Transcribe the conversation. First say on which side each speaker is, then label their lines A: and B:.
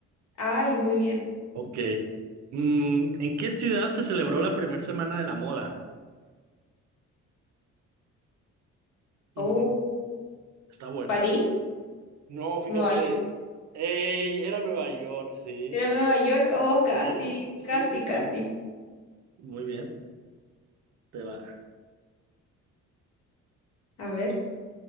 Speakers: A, on the left (about 60°); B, on the right (about 65°).
A: Ay, muy bien.
B: Ok. Mm, ¿en qué ciudad se celebró la primera semana de la moda? Ujú,
A: Oh,
B: Está buena
A: París,
B: esa. No, fíjate.
A: Nueva York.
B: Ey, era Nueva York, sí.
A: Era Nueva York, oh, casi,
B: Sí, sí,
A: casi,
B: sí, sí.
A: casi.
B: Muy bien, te va.
A: A ver.